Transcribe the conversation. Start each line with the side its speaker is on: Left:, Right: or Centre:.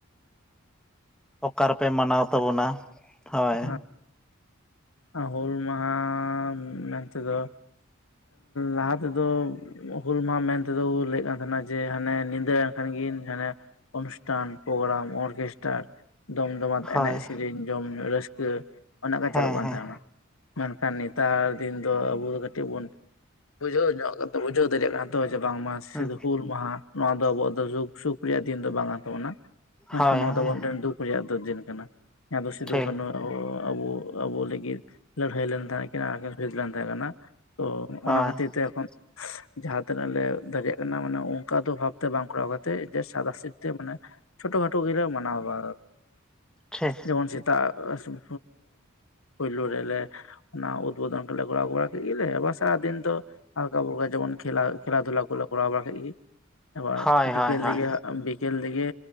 Centre: ᱚᱠᱟᱨ ᱨᱮᱯᱮ ᱢᱟᱱᱟᱣ
Left: ᱟᱪᱪᱷᱟ
Centre: ᱛᱟᱵᱚᱱᱟ ᱦᱚᱭ᱾
Left: ᱦᱮᱸ ᱦᱩᱞ ᱢᱟᱦᱟ ᱢᱮᱱᱛᱮ ᱫᱚ ᱞᱟᱦᱟ ᱛᱮ ᱫᱚ ᱦᱩᱞ ᱢᱟᱦᱟ ᱢᱮᱱᱛᱮ ᱫᱚ ᱠᱚ ᱞᱟᱹᱭᱮᱫ ᱠᱟᱱ ᱛᱟᱦᱮ‍ᱸᱱᱟ ᱡᱮ ᱦᱟᱱᱮ ᱧᱤᱫᱟᱹ ᱮᱱ ᱠᱷᱟᱱᱜᱤᱱ ᱦᱟᱱᱮ ᱚᱱᱩᱥᱴᱷᱟᱱ ᱯᱨᱳᱜᱨᱟᱢ ᱚᱨᱠᱮᱥᱴᱟᱨ ᱫᱚᱢ ᱫᱚᱢ ᱮᱱᱮᱡ
Centre: ᱦᱳᱭ
Left: ᱥᱮᱨᱮᱧ ᱡᱚᱢ ᱧᱩ ᱨᱟᱹᱥᱠᱟᱹ ᱚᱱᱮ ᱚᱱᱠᱟ
Centre: ᱦᱮᱸ
Left: ᱪᱟᱹᱞᱩᱜ ᱠᱟᱱ
Centre: ᱦᱮᱸ
Left: ᱛᱟᱦᱮᱸᱱᱟ ᱢᱮᱱᱠᱷᱟᱱ ᱱᱮᱛᱟᱨ ᱫᱤᱱ ᱫᱚ ᱟᱵᱚ ᱫᱚ ᱠᱟᱹᱴᱤᱡ ᱵᱚᱱ ᱵᱩᱡᱷᱟᱹᱣ ᱧᱚᱜ ᱵᱩᱡᱷᱟᱹᱣ ᱫᱟᱲᱮᱭᱟᱜ ᱠᱟᱱ ᱛᱟᱦᱮᱸᱱᱟ ᱛᱚ ᱪᱮ ᱵᱟᱝ ᱢᱟ
Centre: ᱦᱩᱸ
Left: ᱥᱩᱫᱩ ᱦᱩᱞ ᱢᱟᱦᱟ ᱱᱚᱣᱟ ᱫᱚ ᱟᱵᱚᱣᱟᱜ ᱫᱚ ᱫᱩᱠ ᱥᱩᱠ ᱨᱮᱭᱟᱜ ᱫᱤᱱ ᱫᱚ ᱵᱟᱝ ᱠᱟᱱ ᱛᱟᱵᱚᱱᱟ ᱢᱮᱱᱠᱷᱟᱱ
Centre: ᱦᱳᱭ
Left: ᱱᱚᱣᱟ
Centre: ᱦᱳᱭ
Left: ᱫᱚ ᱟᱵᱚᱣᱟᱜ ᱢᱤᱫ ᱴᱮᱱ ᱫᱩᱠ ᱨᱮᱭᱟᱜ ᱫᱚ ᱫᱤᱱ ᱠᱟᱱᱟ ᱡᱟᱦᱟᱸ ᱫᱚ ᱥᱤᱫᱩ
Centre: ᱴᱷᱤᱠ
Left: ᱠᱟᱹᱱᱩ ᱟᱵᱚ ᱟᱵᱚ ᱞᱟᱹᱜᱤᱫ ᱞᱟᱹᱲᱦᱟᱹᱭ ᱞᱮᱱ ᱛᱟᱦᱮᱸ ᱠᱤᱱ ᱟᱨ ᱠᱤᱱ ᱯᱷᱤᱴ ᱞᱮᱱ ᱛᱟᱦᱮᱸ ᱠᱟᱱᱟ ᱛᱚ
Centre: ᱦᱳᱭ
Left: ᱚᱱᱟ ᱠᱷᱟᱹᱛᱤᱨ ᱛᱮ ᱮᱠᱷᱚᱱ
Centre: <unintelligible>
Left: ᱡᱟᱦᱟᱸ ᱛᱤᱱᱟᱹᱜ ᱞᱮ ᱫᱟᱲᱮᱭᱟᱜ ᱠᱟᱱᱟ ᱢᱟᱱᱮ ᱚᱱᱠᱟ ᱫᱚ ᱵᱷᱟᱵᱽ ᱛᱮ ᱵᱟᱝ ᱠᱚᱨᱟᱣ ᱠᱟᱛᱮᱜ ᱡᱮ ᱥᱟᱫᱟ ᱥᱤᱛ ᱛᱮ ᱢᱟᱱᱮ ᱪᱷᱳᱴᱳ ᱠᱷᱟᱴᱳ ᱜᱮᱞᱮ ᱢᱟᱱᱟᱣ ᱵᱟ
Centre: ᱴᱷᱤᱠ
Left: ᱡᱮᱢᱚᱱ ᱥᱮᱛᱟᱜ ᱯᱚᱭ ᱯᱳᱭᱞᱚ ᱨᱮᱞᱮ ᱚᱱᱟ ᱩᱫᱽᱵᱳᱫᱚᱱ ᱠᱚᱞᱮ ᱠᱳᱨᱟᱣ ᱵᱟᱲᱟ ᱠᱮᱫ ᱜᱮᱞᱮ ᱟᱵᱟᱨ ᱥᱟᱨᱟᱫᱤᱱ ᱛᱚ ᱟᱨᱞᱠᱟ ᱵᱠᱟ ᱡᱮᱢᱚᱱ ᱠᱷᱮᱞᱟ ᱠᱷᱮᱞᱟ ᱫᱷᱩᱞᱟ ᱠᱚ ᱠᱚᱨᱟᱣ ᱵᱟᱲᱟᱠ ᱜᱮ ᱟᱵᱟᱨ
Centre: ᱦᱳᱭ
Left: ᱵᱤᱠᱮᱞ
Centre: ᱦᱳᱭ ᱦᱳᱭ
Left: ᱫᱤᱜᱮ ᱵᱤᱠ ᱵᱤᱠᱮᱞ ᱛᱮᱜᱮ